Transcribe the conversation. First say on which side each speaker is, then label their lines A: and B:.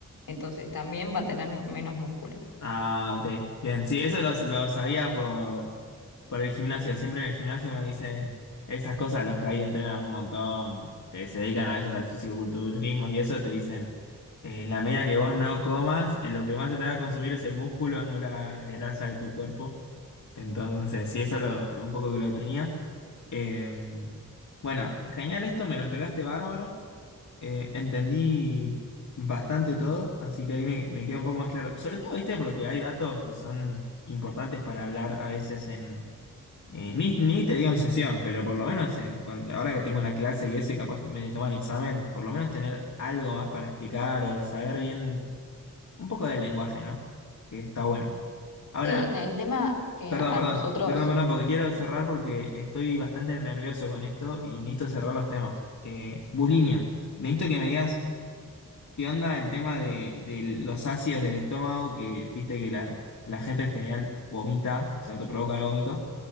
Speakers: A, on the left; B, on the left.
A: entonces también va a tener menos músculo.
B: Ah, ok. Bien, sí, eso lo, lo sabía por, Por el gimnasio, siempre en el gimnasio me dicen esas cosas, los que ahí entrenan un montón, que se dedican a ellos al fisicoculturismo y eso, te dicen, eh, en la medida que vos no comas, eh, lo que más se te va a consumir es el músculo, no la grasa de tu cuerpo. Entonces, sí, eso lo, un poco que lo tenía. Eh, bueno, genial esto, me lo explicaste bárbaro, eh, entendí bastante todo, así que ahí me, me queda un poco más claro. Sobre todo, viste, porque hay datos que son importantes para hablar a veces eh, ni, ni te digo en sesión, pero por lo menos en cuan- ahora que tengo una clase y eso y capaz me toman examen, por lo menos tener algo más para explicar o de saber bien un poco del lenguaje, ¿no? Que está bueno. Ahora,
A: Sí, el tema que
B: perdón,
A: a
B: perdón,
A: nosotros
B: perdón, perdón, porque quiero cerrar porque estoy bastante nervioso con esto y necesito cerrar los temas. Eh, bulimia. Necesito que me digas ¿Qué onda el tema de, de los ácidos del estómago? Que viste que la, la gente en general vomita, se autoprovoca el vómito.